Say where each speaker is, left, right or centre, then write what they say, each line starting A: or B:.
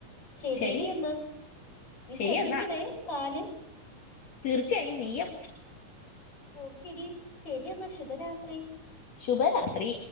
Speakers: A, on the left (about 35°); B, on the left (about 55°).
A: ശരിടി
B: ശരി
A: എന്നാ നീ
B: ശരി
A: ശ്രദ്ധിക്കണേ
B: എന്നാ
A: കാല്
B: തീർച്ചയായും നീയം
A: ഓക്കിടി ശരിയെന്ന ശുഭരാത്രി
B: ശുഭരാത്രി